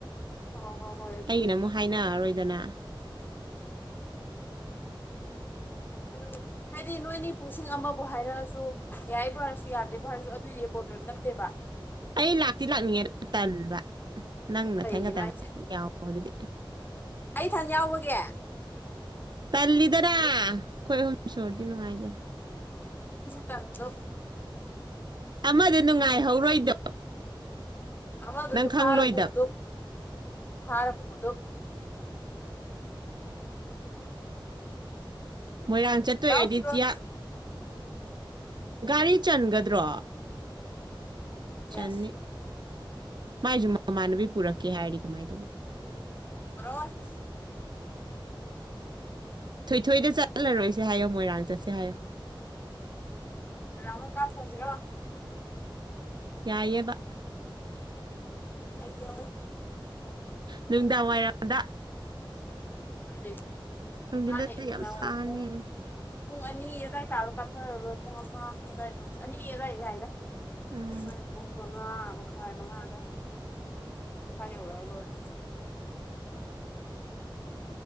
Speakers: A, on the left; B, on the right.
A: ꯍꯣꯏ ꯍꯣꯏ ꯍꯣꯏ ꯑꯗꯨꯕꯨꯗꯤ
B: ꯑꯩꯒꯤꯅ ꯑꯃꯨꯛ ꯍꯥꯏꯅꯑꯔꯣꯏꯗꯅ <unintelligible>
A: ꯑꯗꯨ ꯍꯥꯏꯗꯤ ꯅꯣꯏꯅꯤꯄꯨꯁꯤꯡ ꯑꯃꯕꯨ ꯍꯥꯏꯔꯑꯁꯨ ꯌꯥꯏꯕꯨ ꯍꯥꯏꯔꯁꯨ ꯌꯥꯗꯦꯕꯨ ꯍꯥꯏꯔꯁꯨ ꯑꯗꯨꯏꯗꯤ ꯄ꯭ꯔꯣꯕ꯭ꯂꯦꯝ ꯅꯠꯇꯦꯕ
B: ꯑꯩ ꯂꯥꯛꯇꯤ ꯂꯥꯛꯅꯤꯡꯉꯦ ꯇꯟꯕ ꯅꯪ ꯃꯊꯪ
A: ꯀꯩꯒꯤꯅꯣ
B: ꯈꯇꯪ
A: ꯍꯥꯏꯁꯦ
B: ꯌꯥꯎꯑꯣ ꯑꯗꯨꯗꯤ
A: ꯑꯩ ꯏꯊꯟ ꯌꯥꯎꯕꯒꯤ
B: ꯇꯜꯂꯤꯗꯔ ꯑꯩꯈꯣꯏ
A: ꯏꯁ
B: ꯑꯍꯨꯝ ꯁꯨꯔꯗꯤ ꯅꯨꯡꯉꯥꯏꯗꯅ
A: ꯀꯗ
B: ꯑꯃꯗ ꯅꯨꯡꯉꯥꯏꯍꯧꯔꯣꯏꯗꯣ
A: ꯑꯋꯥ ꯑꯗꯨꯁꯨ
B: ꯈꯪꯂꯣꯏꯗꯕ
A: ꯐꯥꯔꯄꯗꯣ ꯐꯥꯔꯄꯗꯣ
B: ꯃꯣꯏꯔꯥꯡ ꯆꯠꯇꯣꯏꯦꯗꯤꯇꯤꯌꯥ
A: ꯂꯥꯎ ꯐꯤꯔꯣꯟ
B: ꯒꯥꯔꯤ ꯆꯟꯒꯗ꯭ꯔꯣ ꯆꯅꯤ
A: ꯌꯦꯁ
B: ꯃꯥꯏꯁꯨ ꯃꯃꯥꯟꯅꯕꯤ ꯄꯨꯔꯛꯀꯦ ꯍꯥꯏꯔꯤ ꯀꯃꯥꯏꯅ ꯇꯧꯕ
A: ꯔꯣꯕꯔ
B: ꯊꯣꯏꯊꯣꯏꯗ ꯆꯠꯂꯔꯣꯏꯁꯦ ꯍꯥꯏꯌꯣ ꯃꯣꯏꯔꯥꯡ ꯆꯠꯁꯦ ꯍꯥꯏꯌꯣ
A: ꯌꯥꯟ ꯀꯥꯄꯖ꯭ꯔꯣ
B: ꯌꯥꯏꯕ
A: ꯗꯤ ꯍ
B: ꯅꯨꯡꯗꯥꯡ ꯋꯥꯏꯔꯝꯗ
A: ꯍꯣꯏꯅꯦ
B: ꯅꯨꯡꯗꯤꯤꯟꯗꯗꯤ
A: ꯃꯥꯅꯦ ꯅꯨꯡꯗꯥꯡ
B: ꯌꯥꯝ ꯁꯥꯅꯤ
A: ꯋꯥꯏꯔꯝ ꯄꯨꯡ ꯄꯨꯡ ꯑꯅꯤ ꯑꯗꯥꯏ ꯇꯥꯔꯣ ꯀꯥꯞꯆꯔꯔꯣꯏ ꯄꯨꯡ ꯑꯃ ꯀꯗꯥꯏꯗꯣ ꯑꯅꯤ ꯑꯏ ꯀꯏꯗ
B: ꯎꯝ
A: ꯁ ꯇꯨꯡ ꯃꯉꯥ ꯃꯈꯥꯏ ꯃꯉꯥꯗ ꯈꯋꯥ ꯌꯧꯔꯛꯑ ꯂꯣꯏꯔꯦ